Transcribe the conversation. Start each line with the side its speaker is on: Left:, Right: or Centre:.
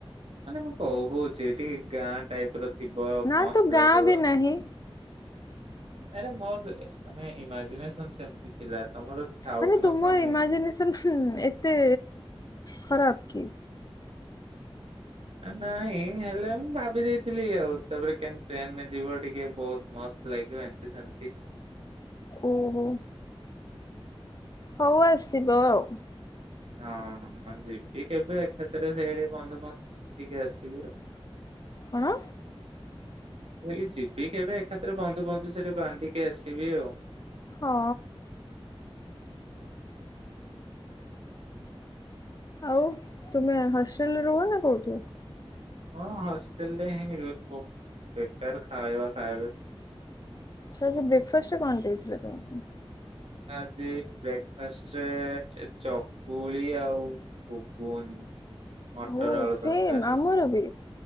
Right: ମାନେ ମୁଁ କହୁଛି ଟିକେ ଗାଁ ଟାଇପର। ଥିବ
Left: ନା
Right: ମସ୍ତ
Left: ତ ଗାଁ
Right: ଲାଗିବ।
Left: ବି ନାହିଁ
Right: ଆରେ ମୋର ମାନେ ଇମାଜିିନେସନ ସେମତି ଥିଲା। ତମର ଥାଉ
Left: ମାନେ
Right: କି
Left: ତୁମର
Right: ନଥାଉ ମୁଁ
Left: ଇମାଜିନେସନ ଏତେ ଖରାପ କି?
Right: ନାଇଁ ହେଲେ ମୁଁ ଭାବି ଦେଇଥିଲି ଆଉ ତାପରେ କେମତି ଟ୍ରେନରେ ଯିବି ଟିକେ ବହୁତ ମସ୍ତ ଲାଗିବ ଏମତି ସେମତି।
Left: ଓହୋ। ହଉ ଆସିବ ଆଉ
Right: ହଁ ହଁ ଯିିବି କେବେ ଏକାଥରେ ସେ ବନ୍ଧୁ ଫନ୍ଧୁ ହେଇକି ଆସିବୁ ଆଉ
Left: କଣ?
Right: ହେଲେ ଯିବି କେବେ ଏକାଥରେ ବନ୍ଧୁ ବନ୍ଧୁ ସେଠି ବାନ୍ଧିକି ଆସିବି ଆଉ।
Left: ହଁ। ଆଉ ତୁମେ ହଷ୍ଟେଲରେ ରୁହ ନା କୋଉଠି?
Right: ହଁ ହଷ୍ଟେଲରେ ହିଁ ରୁହେ ବହୁତ ବେକାର ଖାଇବା ଖାଇବେ।
Left: ସାର୍ ଆଜି ବ୍ରେକଫାଷ୍ଟରେ କଣ ଦେଇଥିଲେ ତୁମକୁ?
Right: ଆଜି ବ୍ରେକଫାଷ୍ଟରେ ଚକୁଳି ଆଉ ଘୁଗୁନି। ମଟର
Left: ମୁଁ
Right: ଆଳୁ
Left: ସେମ୍
Right: ତରକାରୀ
Left: ଆମର ବି